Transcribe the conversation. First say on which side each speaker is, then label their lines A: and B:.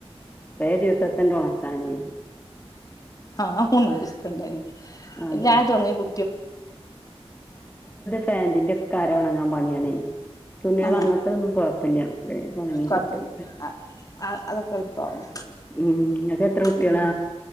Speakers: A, on the left; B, on the left.
A: കുറേ ദിവസത്തിന്റെ ഉണക്കാനേ
B: ആഹ ഉ മണ്ടായിരുന്നു
A: അതെ
B: എല്ലാ തുടങ്ങ <inaudible>
A: പാാന്റിന്റെക്ക കാരെ ഉണങ്ങാൻ പണിയാണേ തുണികള
B: ആഹ്
A: അങ്ങത്തെ ഒന്നും കൊഴപ്പില്ല ഉണങ്ങി
B: കൊഴപ്പല്ല
A: കിട്ടും
B: അ അ അതൊക്കെ എളുപ്പാവും
A: ഉം നക്ക് എത്ര കുട്ടികളാ
B: ഉം